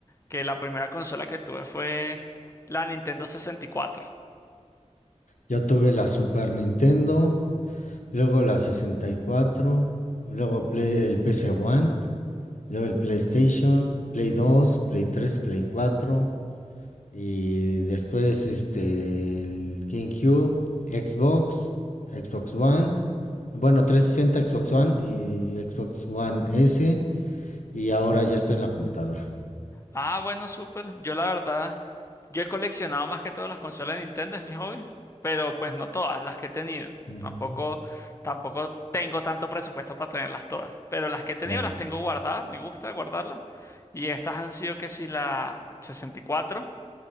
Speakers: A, on the left; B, on the left.
A: que la primera consola que tuve fue la Nintendo 64.
B: Yo tuve la Super Nintendo, luego la 64, luego Play- el PC One, luego el PlayStation, Play 2, Play 3, Play 4, Y después este el GameCube, Xbox, Xbox One, bueno, 360 Xbox One y Xbox One S y ahora ya estoy en la computadora.
A: Ah, bueno, súper. Yo la verdad, yo he coleccionado más que todas las consolas de Nintendo, es mi hobby, pero pues no todas las que he tenido.
B: Ujú,
A: Tampoco, tampoco tengo tanto presupuesto para tenerlas todas, pero las que he tenido
B: Claro.
A: las tengo guardadas, me gusta guardarlas. Y estas han sido que si la 64,